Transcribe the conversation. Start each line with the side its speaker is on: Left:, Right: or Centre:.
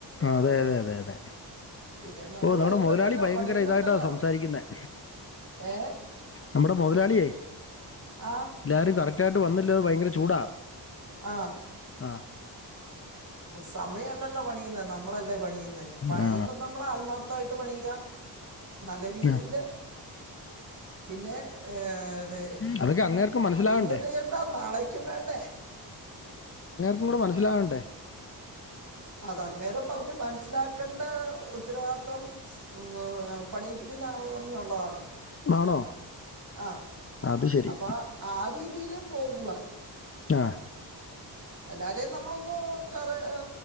Left: അതെ അതെ അതെ അതെ
Right: പിന്നെ നമ്മൾ
Left: ഓ നമ്മുടെ
Right: വരുന്നുണ്ടല്ലോ
Left: മുതലാളി ഭയങ്കര
Right: പണിയുന്നുണ്ടല്ലോ
Left: ഇതായിട്ടാ സംസാരിക്കുന്നത്
Right: ഏ
Left: നമ്മുടെ മുതലാളിയേ
Right: ആ
Left: ല്ലാരും കറക്റ്റ് തായിട്ട് വന്നില്ലത് ഭയങ്കര ചൂടാ
Right: ആ
Left: ആ
Right: സമയല്ലല്ലോ പണിയുന്ന നമ്മളല്ല പണിയന്ന് പണിയുമ്പോ
Left: ആ
Right: നമ്മൾ ആത്മാർത്ഥ ത്തായിട്ട് പണിയുക നല്ല രീതിയില്
Left: ആ.
Right: പിന്നെ ഏ ത്
Left: അതൊക്കെ അങ്ങേർക്ക് മനസ്സിലാകണ്ടേ
Right: ഇന്ന് തീർത്താ നാളേക്കും വേണ്ടേ
Left: കൂ മനസ്സിലാവകണ്ടേ
Right: അത് അങ്ങേരെ പറഞ്ഞു മനസ്സിലാക്കേണ്ട ഉത്തരവാദ്ത്തം മ് പണിയിപ്പിക്കുന്ന ആളംന്നുള്ളതാണ്
Left: ആണോ
Right: അ
Left: അത് ശരി
Right: അപ്പൊ ആ രീത് തീല് പോകുക
Left: ആ
Right: എല്ലാരെം നമ്മളൊന്ന് കറ ഏ